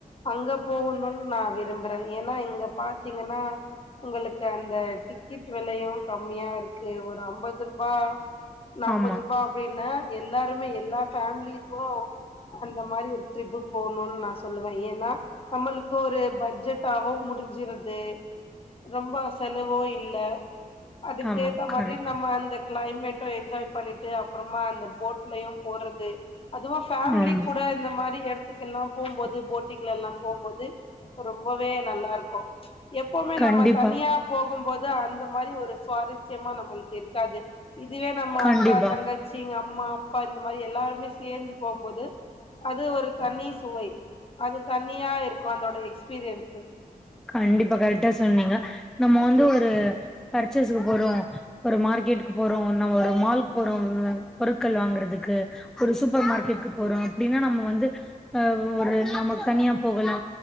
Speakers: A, on the left; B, in the centre.
A: அங்க போகணுனு நா விரும்புறே ஏன்னா இங்க பாத்தீங்கனா உங்களுக்கு அந்த டிக்கெட் வெலையு கம்மியா இருக்கு ஒரு அம்பது ரூ பா நாப்பது
B: ஆமா
A: ரூபா அப்டின்னா எல்லாருமே எல்லா ஃபேமிலிஸ்சும் அந்த மாரி ஒரு ட்ரிப் போணுன்னு நா சொல்லுவே ஏன்னா நம்மளுக்கு ஒரு பட்ஜெட்டாவு முடிஞ்சிருது ரொம்ப செலவு இல்ல அதுக்கு
B: ஆமா
A: ஏத்த
B: கரெக்ட்
A: மாதிரி நம்ம அந்த கிளைமேட்டும் என்ஜாய் பண்ணிட்டு அப்பறமா அந்த போட்லயு போறது அதுவு ஃபேமிலி
B: ஆமா
A: கூட இந்த மாரி எடத்துக்கு எல்லா போம்போது போட்டிங்ல எல்லா போம்போது ரொம்பவே நல்லா இருக்கு, எப்பவுமே
B: கண்டிப்பா
A: நம்ம தனியா போகும்போது அந்த மாரி ஒரு சுவாரஸ்யமா நம்மளுக்கு இருக்காது இதுவே நம்ம
B: கண்டிப்பா
A: அக்கா தங்க ச்சி, எங்க அம்மா, அப்பா இந்த மாரி எல்லாருமே சேந்து போகும்போது அது ஒரு தனி சுவை அது தனியா இருக்கு அதோட எக்ஸ்பீரியன்ஸ்
B: கண்டிப்பா, கரெக்டா சொன்னீங்க நம்ம வந்து ஒரு பர்சேஸ்க்கு போறோ ஒரு மார்க்கெட்க்கு போறோ, நம்ம ஒரு மால்கு போறோ ஒரு பொருட்கள் வாங்குறதுக்கு ஒரு சூப்பர் மார்க்கெட்க்கு போறோ அப்டின்னா நம்ம வந்து அ ஒரு நாம தனியா போகலா